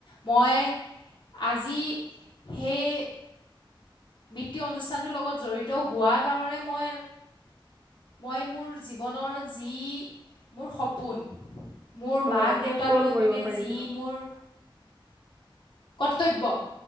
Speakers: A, on the left; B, on the right.
A: মই আজি সেই, বৃত্তীয় অনুষ্ঠানটোৰ লগত জড়িত হোৱা কাৰণে মই, মই মোৰ জীৱনৰ যি মোৰ সপোন, মোৰ
B: হয়
A: মাক দেউতাক
B: পূৰণ
A: লৈ
B: কৰিব
A: পিনে
B: পাৰিছে
A: যি মোৰ কৰ্তব্য